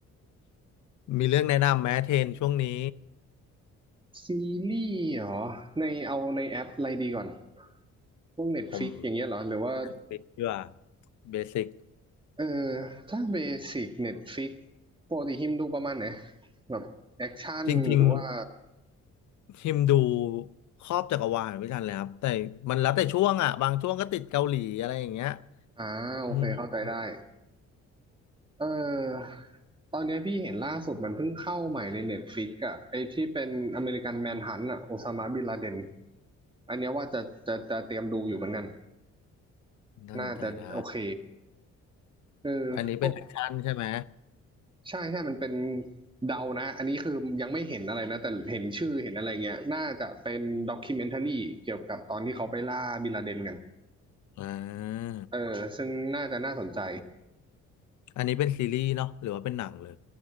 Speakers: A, on the left; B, on the right.
A: มีเรื่องแนะนำไหมเทรนช่วงนี้
B: ซีรีส์เหรอในเอาในแอปอะไรดีก่อนพวก Netflix
A: ผม
B: อย่างเงี้ยเหรอหรือว่า
A: เบสิกเพื่อเบสิก
B: เออถ้าเบสิก Netflix ปกติฮิมดูประมาณไหนแบบแอคชั่นหรือว่า
A: จริงๆทิมดูครอบจักรวาลไม่ทันเลยครับแต่มันแล้วแต่ช่วงอ่ะบางช่วงก็ติดเกาหลีอะไรอย่างเงี้ย
B: อ่าโอเคเข้าใจได้
A: อืม
B: เออตอนเนี้ยพี่เห็นล่าสุดมันเพิ่งเข้าใหม่ใน Netflix อ่ะไอที่เป็นอเมริกันแมนฮันต์อ่ะโอซามาบินลาเดนอันเนี้ยว่าจะจะจะเตรียมดูอยู่เหมือนกัน
A: น่าสนใจนะ
B: น่าจะโอเคเอ
A: อันนี้เป็นแอคชั่นใช่ไหม
B: อ ใช่ใช่มันเป็นเดานะ อันนี้คือยังไม่เห็นอะไรนะ แต่เห็นชื่อเห็นอะไรเงี้ย น่าจะเป็นด็อกคิวเมนท r รีเกี่ยวกับตอนที่เขาไปล่าบินลาเดนกัน
A: อ่า
B: เออซึ่งน่าจะน่าสนใจ
A: อันนี้เป็นซีรีส์เนาะหรือว่าเป็นหนังเลย